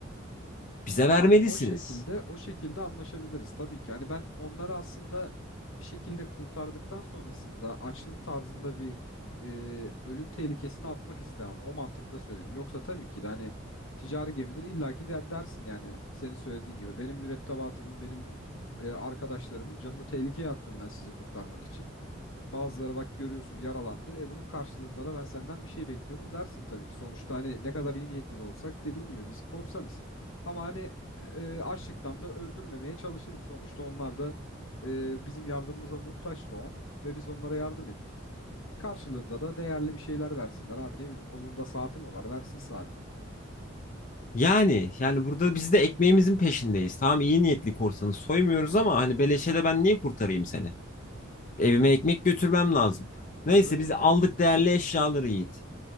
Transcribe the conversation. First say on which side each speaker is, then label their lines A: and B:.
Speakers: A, on the left; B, on the left.
A: Bize vermelisiniz.
B: Ha, o şekilde o şekilde anlaşabiliriz tabii ki. Yani ben onları aslında bir şekilde kurtardıktan sonrasında açlık tarzında bir e, ölüm tehlikesini atmak istemem. O mantıkta söyledim. Yoksa tabii ki de hani ticari gemidir illaki der, dersin yani senin söylediğin gibi. Benim mürettebatımın, benim e, arkadaşlarımın canını tehlikeye attım ben sizi kurtarmak için. Bazıları bak görüyorsun yaralandı. E bunun karşılığında da ben senden bir şey bekliyorum dersin tabii ki. Sonuçta hani ne kadar iyi niyetli de olsak dediğin gibi biz korsanız. Ama hani e, açlıktan da öldürmemeye çalışırım sonuçta. Onlar da e, bizim yardımımıza muhtaçtı o an ve biz onlara yardım ettik. Karşılığında da değerli bir şeyler versinler abi ne bileyim kolunda saati mi var versin saatini.
A: Yani yani burada biz de ekmeğimizin peşindeyiz. Tamam iyi niyetli korsanı soymuyoruz ama hani beleşe de ben niye kurtarayım seni? Evime ekmek götürmem lazım. Neyse
B: E tabii
A: biz
B: ki
A: aldık değerli eşyaları Yiğit.